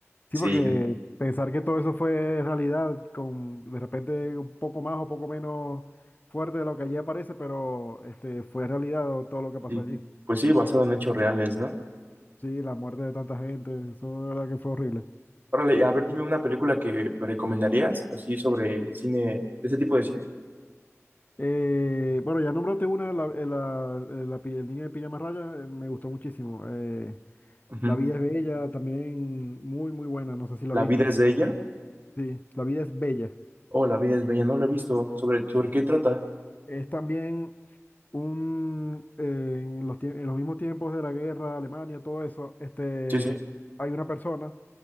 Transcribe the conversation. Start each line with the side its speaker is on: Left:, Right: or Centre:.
Left: Sí,
Right: Sí,
Left: porque
Right: ent-
Left: pensar que todo eso fue realidad, con de repente un poco más o poco menos fuerte de lo que allí aparece, pero este, fue realidad todo lo que pasó
Right: y,
Left: allí.
Right: pues sí, basado en hechos reales, ¿no?
Left: Sí, la muerte de tanta gente, eso de verdad que fue horrible.
Right: Órale, a ver, dime una película que me recomendarías, así sobre cine, de ese tipo de cine.
Left: Eh, bueno, ya nombraste una, la, eh, la- eh, la pi- el niño de pijama raya, eh, me gustó muchísimo. Eh,
Right: Ujú.
Left: La vida es bella, también muy, muy buena, no sé si la
Right: La
Left: viste.
Right: vida es de ella.
Left: Sí, La vida es bella.
Right: Oh, La vida es bella, no lo he visto. ¿Sobre, sobre qué trata?
Left: Es también un, eh, en los, tie- en los mismos tiempos de la guerra, Alemania, todo eso, este,
Right: Sí, sí.
Left: hay una persona